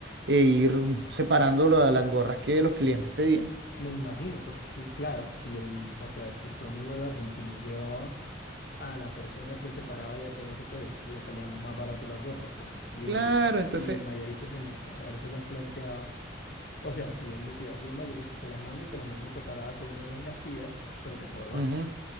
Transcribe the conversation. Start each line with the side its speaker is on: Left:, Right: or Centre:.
Right: e ir separando la- las gorras que los clientes pedían.
Left: Me imagino, porque es que, claro, si el, o sea, si tu amigo el argentino, llevaba a la persona que se paraba y hacía eso, pues le salía más barato las gorras, porque si
Right: Claro,
Left: él
Right: entonces.
Left: y el mayorista tenía que habérselas planteado, o sea, si él decía, yo el mayorista te las mando y te las mando separadas según menos las pidas, pero te cobro
Right: ujú.
Left: más.